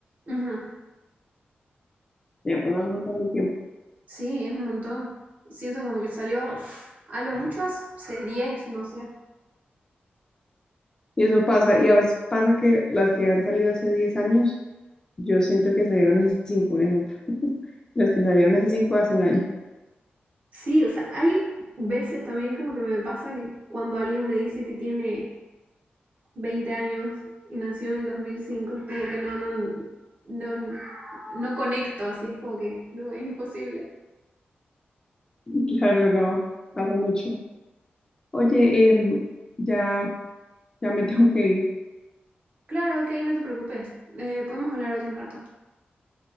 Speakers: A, on the right (about 40°); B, on the left (about 20°).
A: Ujú.
B: Ya pasó un montón de tiempo.
A: Sí, es un montón. Siento como que salió a lo mucho hace diez no sé.
B: Y eso pasa, y a veces pasa que las que han salido hace 10 años, yo siento que salieron hace 5, un ejemplo. <laughs> Las que salieron hace 5 hace un año.
A: Sí, o sea, hay veces también como que me pasa que cuando alguien me dice que tiene 20 años y nació en el 2005, es como que no, no, no, no conecto, así es como que no, es imposible.
B: <laughs> Claro, no, pasa mucho. Oye, em, ya, ya me tengo que ir.
A: Claro, ok, no te preocupes, eh, podemos hablar otro rato.